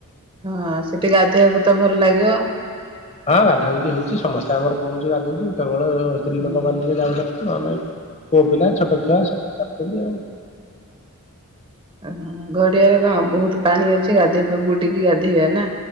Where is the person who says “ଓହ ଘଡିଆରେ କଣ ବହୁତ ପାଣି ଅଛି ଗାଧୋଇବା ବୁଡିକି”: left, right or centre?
Right